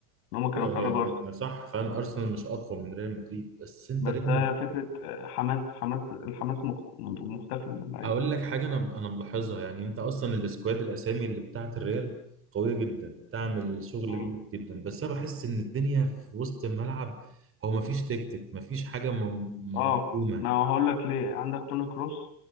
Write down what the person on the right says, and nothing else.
ايوه
يا- صح فعلا ارسنال مش اقوى من ريال مدريد بس انت
ريال
مدريد
هقول لك حاجه انا انا ملاحظها يعني انت اصلا السكواد الاسامي اللي بتاعت الريال قويه جدا تعمل شغل
جامد جدا بس انا بحس ان الدنيا في وسط الملعب هو مفيش تكتيك مفيش حاجه م- مرسومه